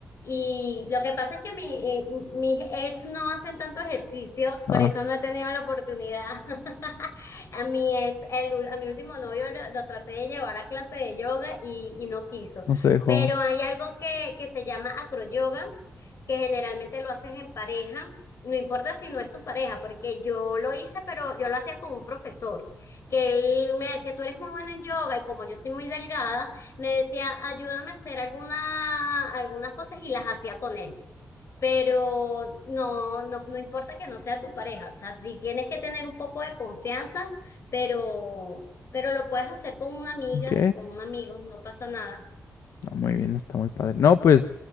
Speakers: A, on the left (about 65°); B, on the left (about 80°).
A: Y lo que pasa es que mi, eh, mis ex no hacen tanto ejercicio,
B: Ah,
A: por eso no he tenido la oportunidad. <laughs> A mi ex, el, ul- a mi último novio lo, lo traté de llevar a clase de yoga y, y no quiso.
B: no se dejó.
A: Pero hay algo que, que se llama acroyoga, que generalmente lo haces en pareja, no importa si no es tu pareja, porque yo lo hice, pero yo lo hacía con un profesor, que él me decía, tú eres muy buena en yoga y como yo soy muy delgada, me decía, ayúdame a hacer alguna, algunas cosas y las hacía con él. Pero no, no, no importa que no sea tu pareja, o sea, sí tienes que tener un poco de confianza, pero, pero lo puedes hacer con una amiga,
B: Ok,
A: con un amigo, no pasa nada.
B: ah, muy bien, está muy padre. No, pues